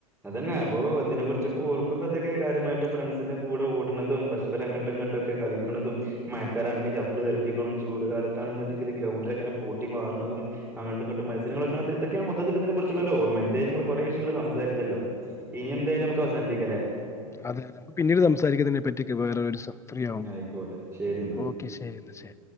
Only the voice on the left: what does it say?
അതെ അതെ നമുക്ക് പിന്നീട് സംസാരിക്കതിനെ പറ്റി നക്കെ വേറെ ഒര് സം ഫ്രീ
ആവുമ്പം
ഓക്കെ ശരി ന്നാ ശ